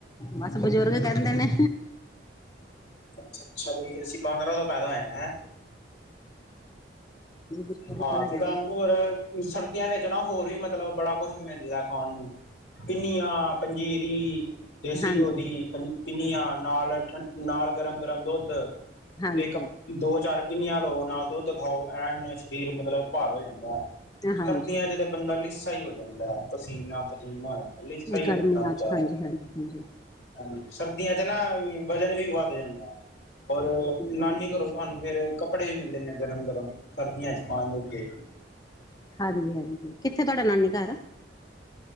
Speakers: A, on the left; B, on the left.
A: ਬਸ ਬਜ਼ੁਰਗ, ਕਹਿੰਦੇ ਨੇ।
B: ਅੱਛਾ- ਅੱਛਾ, ਬਣੀ ਅਸੀਂ, ਪੰਦਰਾਂ ਤੋਂ ਪੈਦਾ ਹੋਏ ਹ, ਹੈਂ।
A: ਬਜ਼ੁਰਗਾਂ
B: ਹਾਂ
A: ਦਾ ਕਹਿਣਾ
B: ਤੇ, ਤੁਹਾਨੂੰ ਹੋਰ ਸਰਦੀਆਂ ਵਿੱਚ ਨਾ, ਹੋਰ ਵੀ ਮਤਲਬ ਬੜਾ ਕੁਛ, ਮਿਲਦਾ ਖਾਣ ਨੂੰ। ਪਿੰਨੀਆਂ, ਪੰਜੀਰੀ ਦੇਸੀ
A: ਹਾਂਜੀ
B: ਘਓ ਦੀ‌। ਪਿੰਨੀਆਂ ਨਾਲ। ਨਾਲ ਗਰਮ- ਗਰਮ ਦੁੱਧ।
A: ਹਾਂਜੀ
B: ਇੱਕ ਦੋ, ਚਾਰ ਪਿੰਨੀਆਂ ਲਓ, ਨਾਲ ਦੁੱਧ। ਖਾਓ। ਐਨ ਸਰੀਰ ਮਤਲਬ, ਭਾਰ ਹੋ ਜਾਂਦਾ ਹੈ।
A: ਹਾਂਜੀ
B: ਸਰਦੀਆਂ
A: ਹਾਂਜੀ
B: ਚ ਬੰਦਾ, ਲੀਸਾ ਹੀ ਹੋ ਜਾਂਦਾ ਹੈ। ਪਸੀਨਾ- ਪਸੀਨਾ, ਲੀਸਾ ਹੀ
A: ਗਰਮੀਆਂ
B: ਹੋ, ਜਾਂਦਾ ਵਿਚਾਰਾ।
A: ਚ ਹਾਂਜੀ ਹਾਂਜੀ
B: ਹਾਂਜੀ, ਸਰਬਦੀਆਂ ਚ ਨਾ। ਵਜ਼ਨ ਵੀ ਵੱਧ ਜਾਂਦਾ। ਔਰ, ਨਾਨੀ
A: ਹਾਂਜੀ
B: ਘਰੋ ਤੁਹਾਨੂੰ ਫੇਰ, ਕੱਪੜੇ ਵੀ ਮਿਲਦੇ ਨੇ। ਗਰਮ- ਗਰਮ ਸਰਦੀਆਂ ਚ ਪਾਨ। ਹਾਂਜੀ।
A: ਹਾਂਜੀ- ਹਾਂਜੀ, ਕਿੱਥੇ ਤੁਹਾਡਾ ਨਾਨੀ ਘਰ।